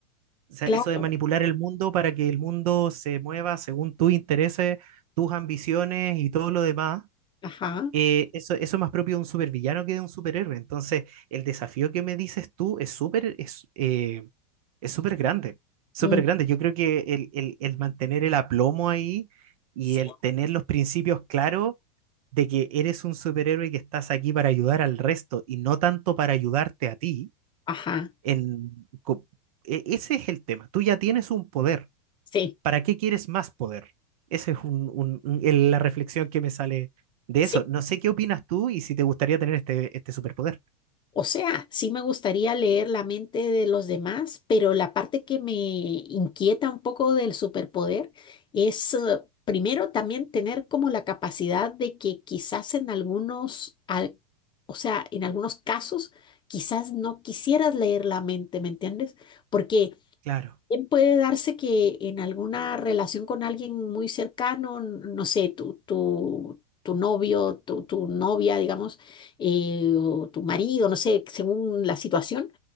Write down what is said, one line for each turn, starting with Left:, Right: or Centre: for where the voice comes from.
Right: O sea,
Left: Claro,
Right: eso de manipular el mundo para que el mundo se mueva según tus intereses, tus ambiciones y todo lo demás
Left: ajá,
Right: eh, eso, eso es más propio de un supervillano que de un superhéroe. Entonces, el desafío que me dices tú es súper es, eh, es súper grande, súper
Left: mm,
Right: grande. Yo creo que el, el- el mantener el aplomo ahí y
Left: sí,
Right: el tener los principios claros de que eres un superhéroe y que estás aquí para ayudar al resto y no tanto para ayudarte a ti,
Left: ajá,
Right: en, co- e- ese es el tema. Tú ya tienes un poder.
Left: sí,
Right: ¿para qué quieres más poder? Esa es un- un- un- la reflexión que me sale de
Left: sí.
Right: eso. No sé qué opinas tú y si te gustaría tener este, este superpoder.
Left: O sea, sí me gustaría leer la mente de los demás, pero la parte que me inquieta un poco del superpoder es, eh, primero, también tener como la capacidad de que quizás en algunos, al- o sea, en algunos casos, quizás no quisieras leer la mente, ¿me entiendes? Porque
Right: Claro,
Left: También puede darse que en alguna relación con alguien muy cercano, n- no sé, tu, tu, tu novio, tu, tu novia, digamos, eh, o tu marido, no sé, según la situación,